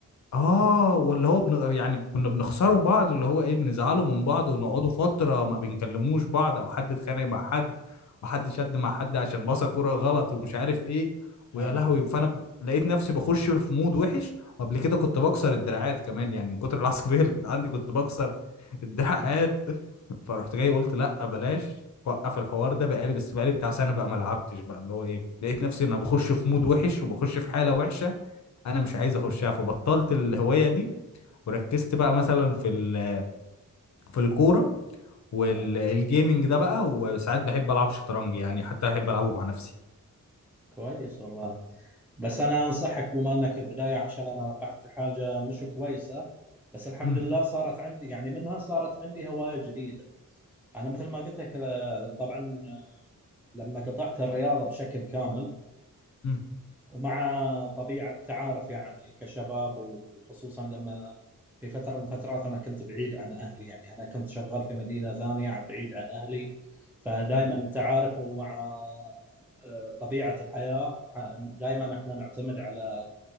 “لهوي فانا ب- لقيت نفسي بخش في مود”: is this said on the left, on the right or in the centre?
Left